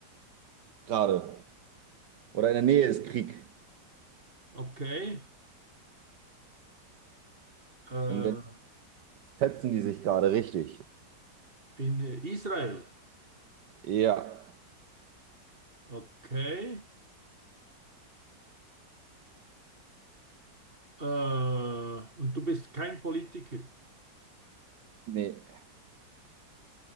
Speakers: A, on the right; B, on the right.
A: gerade. Oder in der Nähe ist Krieg.
B: Okay. Äh,
A: In der fetzen die sich gerade, richtig.
B: in Israel.
A: Ja.
B: Okay. Äh, und du bist kein Politiker.
A: Nee,